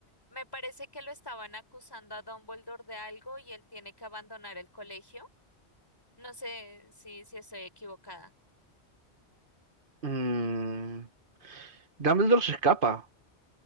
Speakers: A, on the left; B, on the right.
A: Me parece que lo estaban acusando a Dumbledore de algo y él tiene que abandonar el colegio. No sé si, si estoy equivocada.
B: Mm, Dumbledore se escapa,